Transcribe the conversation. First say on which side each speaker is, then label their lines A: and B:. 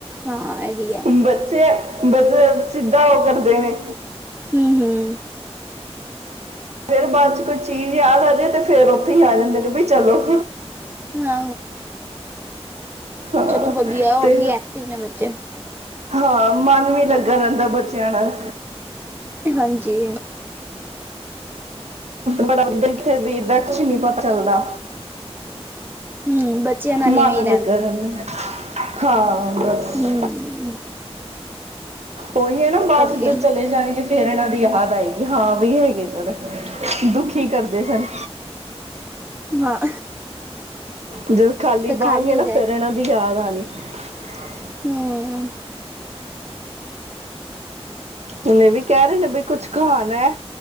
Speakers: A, on the right (about 20°); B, on the right (about 85°).
A: ਹਾਂ ਇਹ ਵੀ ਹੈ
B: ਬੱਚੇ ਬੱਚੇ ਸਿੱਧਾ ਉਹ ਕਰਦੇ ਨੇ
A: ਹਮ ਹਮ
B: ਫੇਰ ਬਾਅਦ ਚ ਕੋਈ ਚੀਜ਼ ਯਾਦ ਆ ਜਾੇ ਤੇ ਫੇਰ ਉੱਥੇ ਹੀ ਆ ਜਾਂਦੇ ਨੇ ਬਈ ਚਲੋ
A: ਹ
B: ਹਾਂ
A: ਚਲੋ ਵਧੀਆ ਹੋਔਰ
B: ਤੇ
A: ਕੀ ਐਕਟਿਵ ਨੇ ਬੱਚੇ
B: ਹਾਂ ਮਨ ਵੀ ਲੱਗਾ ਰਹਿੰਦਾ ਬੱਚਿਆਂ ਨਾਲ
A: ਹਾਂਜੀ
B: ਬੜਾ ਵਧ ਕਿਥੇ ਬਰਦਾ ਤੁਸੀ ਨੀ ਪਤਾ ਚੱਲਦਾ
A: ਹੂੰ ਬੱਚਿਆਂ ਨਾਲ ਇਵੇਂ
B: ਮਨ
A: ਹੀ
B: ਲੱਗਾ ਰਹਿੰਦਾ ਹਾਂ ਬਸ
A: ਹਮ।
B: ਉਹੀ ਹੈ ਨਾ, ਬਾਅਦ
A: ਕੀ
B: ਜਦ
A: ਹਾਂ।
B: ਚਲੇ ਜਾਣੇਗੇ ਫੇਰ ਇਹਨਾਂ ਯਾਦ ਆਏਗੀ, ਹਾਂ ਵੀ ਹੈਗੇ ਸਰ। ਦੁਖੀ ਕਰਦੇ ਸਨ।
A: ਹਾਂ।
B: ਜਦੋਂ ਖਾਲੀ
A: ਫਿਰ
B: ਬਹਾਗੇਂ
A: ਹੋ
B: ਨਾ, ਫੇਰ ਇਹਨਾਂ ਦੀ ਯਾਦ ਆਣੀ <unintelligible>
A: ਹਮ।
B: ਹੁਣ ਇਹ ਵੀ ਕਹਿ ਰਹੇ ਨੇ ਬਈ ਕੁਛ ਖਾਣਾ,